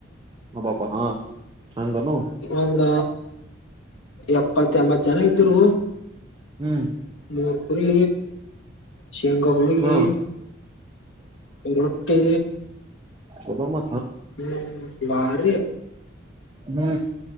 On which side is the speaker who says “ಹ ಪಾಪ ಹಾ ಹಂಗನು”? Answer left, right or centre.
Right